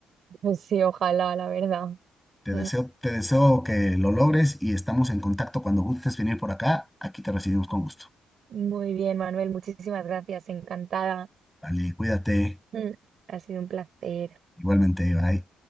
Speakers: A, on the right; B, in the centre.
A: pues sí, ojalá, la verdad.
B: Te
A: Mm.
B: deseo, te deseo que lo logres y estamos en contacto cuando gustes venir por acá. Aquí te recibimos con gusto.
A: Muy bien, Manuel, muchísimas gracias, encantada.
B: Vale, cuídate.
A: Mm. Ha sido un placer.
B: Igualmente, bye.